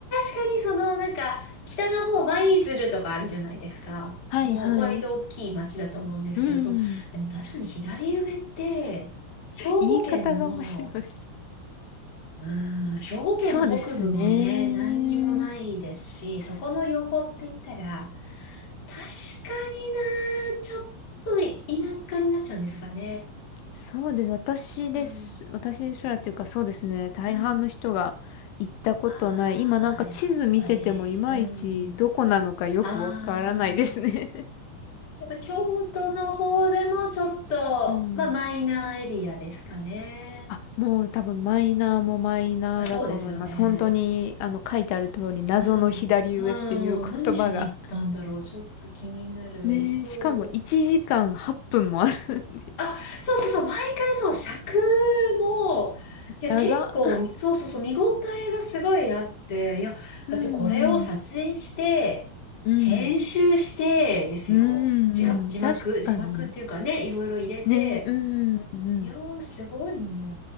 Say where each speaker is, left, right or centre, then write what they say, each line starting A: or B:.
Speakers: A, on the left (about 30°); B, on the left (about 75°).
A: 確かにその、なんか、北の方、舞鶴とかあるじゃないですか。
B: はいはい。
A: もう割と大きい町だと思うんですけど、
B: うん。
A: そう。でも確かに左上って、兵庫県の、
B: 言い方が面白い。
A: うん、兵庫県の北部もね、
B: そうですね。
A: 何にもないですし、
B: 確かに。
A: そこの横って言ったら、確かにな、ちょっと田舎になっちゃうんですかね。
B: そうです。私です。
A: うん
B: 私ですらっていうか、そうですね。大半の人が行ったことない。
A: うん。ああ、
B: 今なんか地図見ててもいまいちどこなのかよくわからないですね。
A: やっぱり。うん。ああ、やっぱ京都の方でもちょっと、
B: <laughs> うん。
A: まあ、マイナーエリアですかね。
B: あ、もう多分マイナーもマイナーだと思います。
A: あ、そうですよね。
B: 本当に、あの、書いてある通り、謎の左上っていう言葉が。
A: うん。うん。何しに行ったんだろう。ちょっと気になる。
B: ねえ、
A: そう。
B: しかも1時間8分もあるんで。
A: あ、そうそうそう、毎回そう、尺も、いや、
B: 長っ。
A: 結構、そうそうそう、見応えがすごいあって、いや、
B: うんうん。
A: だってこれを撮影して、
B: うん。
A: 編集して、ですよ。
B: うんうん。
A: 字が、字幕、
B: 確かに。
A: 字幕っていうかね、いろいろ入れて、
B: ねえ、うんうんうん。
A: いやー、すごいなー